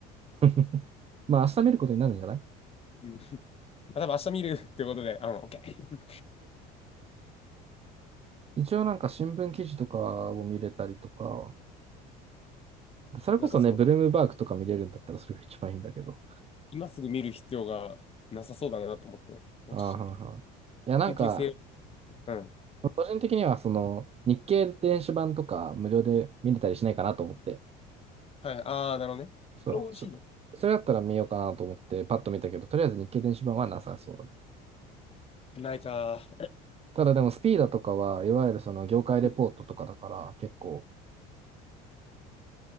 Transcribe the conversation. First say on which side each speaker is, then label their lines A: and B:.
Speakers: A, on the right; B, on the left.
A: <laughs> まあ明日見ることになるんじゃない
B: うん。あ、多分明日見るってことで、うん、オッケー。
A: 一応なんか新聞記事とかを見れたりとか、
B: <laughs>
A: それこそね、
B: なんかその、
A: ブルームバーグとか見れるんだったらそれが一番いいんだけど。
B: 今すぐ見る必要がなさそうだなと思って、落ちちゃった。
A: あーはんはんいや、なんか、
B: 緊急性、うん。
A: 個人的にはその日経電子版とか無料で見れたりしないかなと思って、
B: はい、あー、なるほどね。
A: そう、
B: それ美味しいね。
A: そ、それだったら見ようかなと思ってパッと見たけど、とりあえず日経電子版はなさそうだった。
B: ないか
A: ただでもスピーダとかはいわゆるその業界レポートとかだから結構
B: ー。<laughs>